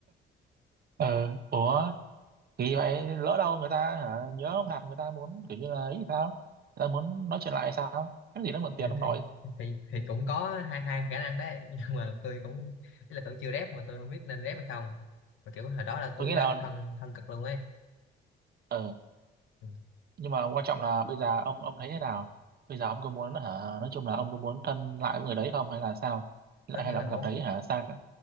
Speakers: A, on the right (about 50°); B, on the left (about 80°).
A: ờ ủa thì vậy lỡ đâu người ta hả nhớ ông đặt người ta muốn kiểu như là ấy thì sao? Người ta muốn nói chuyện lại hay sao? Cái gì nó mượn tiền
B: thì
A: ông nội.
B: thì thì, thì cũng có hai hai khả năng đấy <laughs> nhưng mà tôi cũng ý là tôi chưa rep mà tôi không biết nên rep hay không mà kiểu hồi đó là
A: Tôi
B: tôi
A: nghĩ
B: nó
A: là
B: thân thân cực luôn ấy
A: ờ
B: Ừ,
A: nhưng mà quan trọng là bây giờ ông ông thấy thế nào? Bây giờ ông có muốn hả nói chung là ông có muốn thân lại với người đấy không hay là sao? Lại
B: tất
A: hay
B: nhiên
A: là
B: là
A: ông
B: muốn
A: cảm thấy hả xa cả?